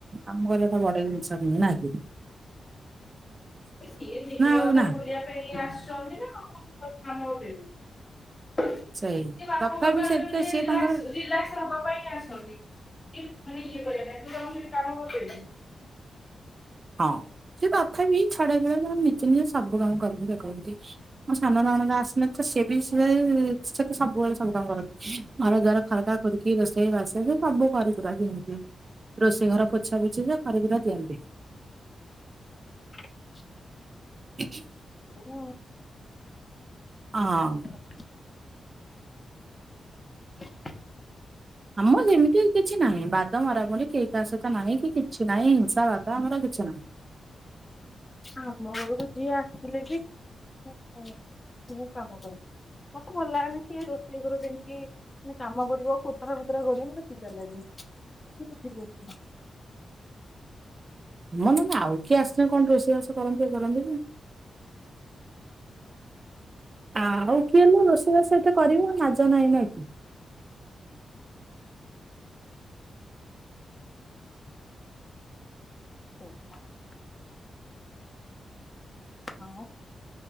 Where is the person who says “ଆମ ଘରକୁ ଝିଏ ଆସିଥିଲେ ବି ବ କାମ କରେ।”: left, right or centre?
Left